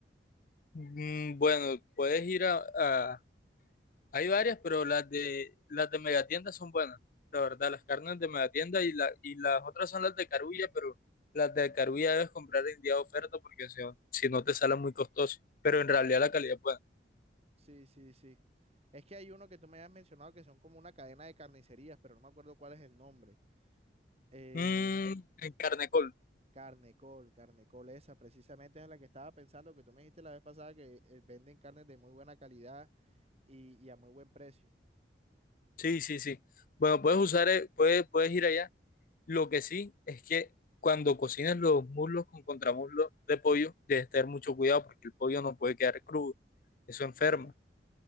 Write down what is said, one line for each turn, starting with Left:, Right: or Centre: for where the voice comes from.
Left: Mm, Bueno, puedes ir a, a- Hay varias, pero las de, las de Megatienda son buenas. La verdad, las carnes de Megatienda y, la, y las otras son las de Carulla, pero las de Carulla debes comprar en día de oferta porque si no, si no te salen muy costoso. Pero en realidad la calidad es buena.
Right: Sí, sí, sí. Es que hay uno que tú me habías mencionado que son como una cadena de carnicerías, pero no me acuerdo cuál es el nombre. Eh,
Left: Mm, en Carnecol
Right: Carnecol, Carnecol, esa precisamente es la que estaba pensando que tú me dijiste la vez pasada que eh, venden carnes de muy buena calidad y, y a muy buen precio.
Left: Sí, sí, sí. Bueno, puedes usar, eh, puedes, puedes ir allá. Lo que sí es que cuando cocines los muslos con contramuslo de pollo, debes tener mucho cuidado porque el pollo no puede quedar crudo. Eso enferma.
Right: Ok,